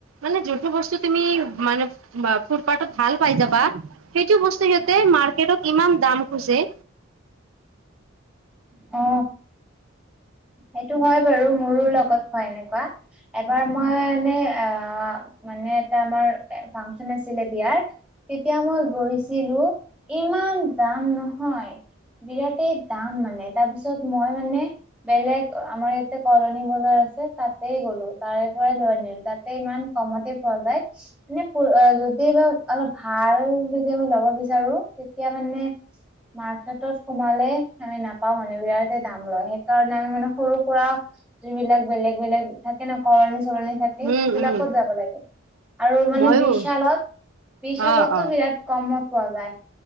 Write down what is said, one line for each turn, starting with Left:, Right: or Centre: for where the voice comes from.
Right: মানে যোনটো বস্তু তুমি মানে বা ফুটপাতত ভাল পাই যাবা সেইটো বস্তু সিহঁতে মাৰ্কেটত ইমান দাম খুজে।
Centre: অ সেইটো হয় বাৰু মোৰো লগত হয় এনেকোৱা। এবাৰ মই মানে আহ মানে এটা আমাৰ ফাংচন আছিলে বিয়াৰ তেতিয়া মই গৈছিলো ইমান দাম নহয় বিৰাটেই দাম মানে তাৰপিছত মই মানে বেলেগ আমাৰ ইয়াতে কলনী বজাৰ আছে তাতেই গ'লো তাৰে পৰাই লৈ আনিলো তাতে ইমান কমতে পোৱা যায়। মানে যদি বা অলপ ভাল যদি আমি ল'ব বিচাৰো তেতিয়া মানে মাৰ্কেটত সোমালে আমি নাপাও মানে বিৰাট দাম লয় সেই কাৰণে আমি মানে সৰু সুৰা যিবিলাক বেলেগ বেলেগ থাকে ন কলণী চলণী থা সেইবিলাকত
Right: উম উম
Centre: যাব লাগে আৰু মানে
Right: ময়ো
Centre: বিশালত বিশালতো
Right: অ অ
Centre: বিৰাট কমত পোৱা যায়